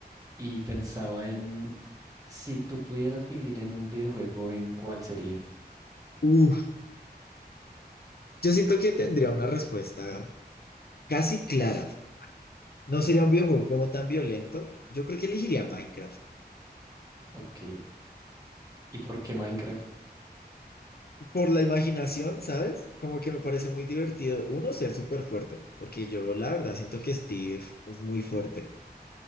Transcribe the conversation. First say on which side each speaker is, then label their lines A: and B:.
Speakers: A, on the right (about 20°); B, on the left (about 65°).
A: y pensaba en si tú pudieras vivir en un videojuego, ¿en cuál sería?
B: Uf, yo siento que tendría una respuesta casi clara. No sería un videojuego como tan violento. Yo creo que elegiría Minecraft.
A: Ok. ¿Y por qué Minecraft?
B: Por la imaginación, ¿sabes? Como que me parece muy divertido. Uno, ser súper fuerte, porque yo la verdad siento que Steve es muy fuerte. O